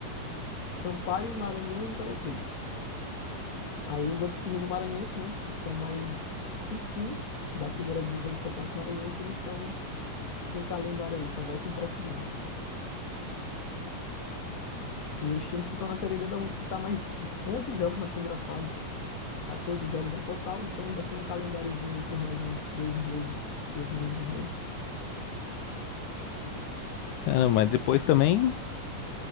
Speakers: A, on the left; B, on the left.
A: Sampaio, Maranhão e Imperatriz. Aí os outros times do Maranhense, né, que são mais cinco times da primeira divisão do Campeonato Maranhense, eles estão sem calendário aí, só voltam o próximo ano. E os times que estão na Série D ainda vão disputar mais 11 jogos na primeira fase. 14 jogos ao total, então ainda tem um calendáriozinho aí por mais uns dois meses, dois meses e meio.
B: caramba, mas depois também,